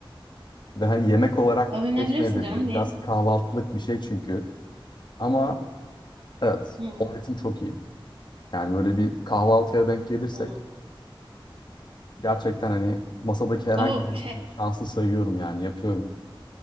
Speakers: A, on the left; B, on the right.
A: Ve hani yemek olarak
B: Övünebilirsin
A: geçmeyebilir.
B: canım niye?
A: Biraz kahvaltılık bir şey çünkü. Ama evet,
B: Hı,
A: omletim çok iyi. Yani böyle bir kahvaltıya denk gelirsek
B: hı.
A: gerçekten hani masadaki herhangi
B: O
A: birisini
B: şey
A: şanslı sayıyorum yani yapıyorum.